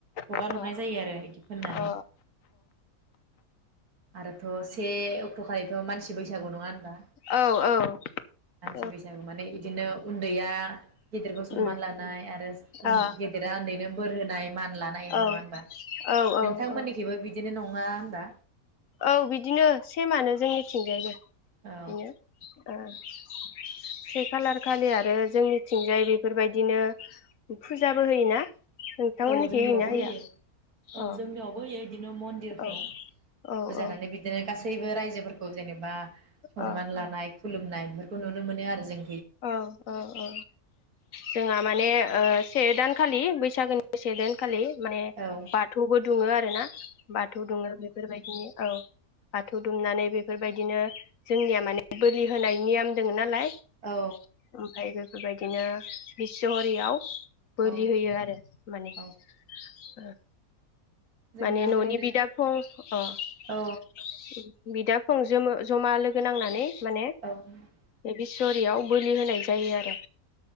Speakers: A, on the right; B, on the left.
A: हगार
B: ओ
A: हरनाय जायो आरो बिदि फोननानै
B: ओ अ
A: आरोथ से अक्टखलिथ मानसि बैसागु नङा होनबा
B: अ औ
A: मानसि
B: औ
A: बैसागु माने इदिनो उन्दैया गिदिरखौ सनमान
B: उम
A: लानो लानाय
B: अ
A: गेदेरा उन्दैनो बोर होनाय मान लानाय बिदि
B: औ
A: नङा होनबा
B: औ औ
A: नोंथांमोननिखबो
B: औ
A: बिदिनो नङा नङा होमबा
B: औ बिदिनो सेमानो जोंनिथिंजायबो
A: औ
B: बिदिनो से खालार खालि आरो जोंनिथिंजाय बेफोरबायदिनो फुजाबो होयोना नोंथांमोननिखै
A: औ जोंनियावबो
B: होयोना होया
A: होयो
B: अ
A: औ जोंनियावबो होयो बिदिनो मन- दिरफ्राव
B: औ औ
A: फुजाहोनानै
B: औ
A: बिदिनो गासैबो रायजोफोरखौ जेनेबा सनमान
B: अ
A: लानाय खुलुमनाय बेफोरखौ नुनो मोनो आरो जों
B: ओ ओ ओ जोंहा माने ओ से दानखालि बैसागोनि से दानखालि माने
A: औ
B: बाथौबो दुङो आरो ना बाथौ दुङो बेफोरबायदिनि औ बाथौ दुमनानै बे बेफोरबायदिनो जोंनिया माने बोलि होनाय नियम दोङ नालाय
A: औ
B: ओमफ्राय बेफोरबाय बिदिनो बिस' हरियाव बोलि
A: औ
B: होयो आरो माने ओ
A: औ जोंनियाव
B: माने न'नि
A: बिदिनो
B: बिदा फं अ ओं
A: औ
B: बिदा फं जोमो जमा लोगो नांनानै माने
A: औ
B: बेबि सरियाव बोलि होनाय जायो आरो